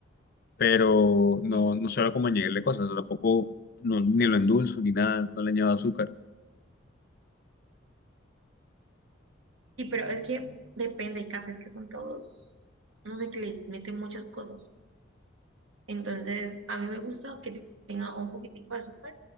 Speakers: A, on the left; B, on the right.
A: pero no,
B: Sí.
A: no suelo como añadirle cosas, o sea, tampoco no- ni lo endulzo ni nada, no le añado azúcar.
B: Sí, pero es que depende, hay cafés que son todos, no sé, que le meten muchas cosas. Entonces, a mí me gusta que tenga un poquitico de azúcar,